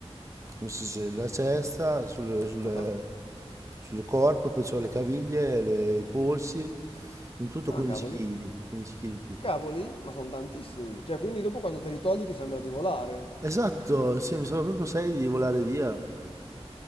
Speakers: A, on the right (about 30°); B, on the left (about 55°).
A: come si dice, la cesta sul, sul-
B: Ah,
A: sul corpo, poi c'ho le caviglie, le- i polsi, in tutto
B: ah,
A: 15
B: cavoli.
A: kg, 15 kg in più.
B: Cavoli, ma sono tantissimi. Cioè, quindi dopo quando te li togli ti sembra di volare.
A: Esatto, sì, mi sembra proprio serio di volare via.